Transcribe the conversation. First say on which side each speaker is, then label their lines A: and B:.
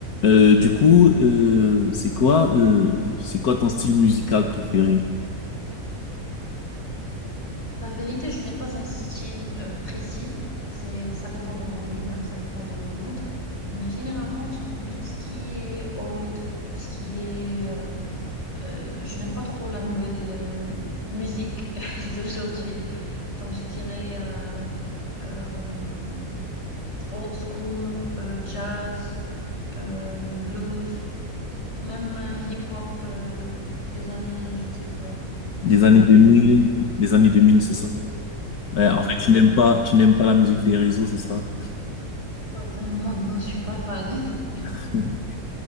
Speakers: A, on the left (about 80°); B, on the left (about 45°).
A: Euh, du coup, euh, c'est quoi, euh, c'est quoi ton style musical préféré?
B: La vérité, je n'ai pas un style euh, précis. C'est, ça dépend de mon humeur, ça dépend de mon mood. Mais généralement, j'aime tout ce qui est old, tout ce qui est... euh, euh, je n'aime pas trop la nouvelle euh, musique <laughs> d'aujourd'hui. Donc, je dirais euh, euh, old school, euh, jazz, euh, blues, même euh, hip-hop euh, des années, je ne sais pas,
A: Des
B: des
A: années
B: années
A: 2000,
B: 2000, 80.
A: des années 2000, c'est
B: Oui,
A: ça? Ouais,
B: oui,
A: en fait, tu
B: oui.
A: n'aimes pas, tu n'aimes pas la musique des réseaux, c'est ça?
B: Pas vraiment, non, je suis pas fan. <laughs>
A: <laughs>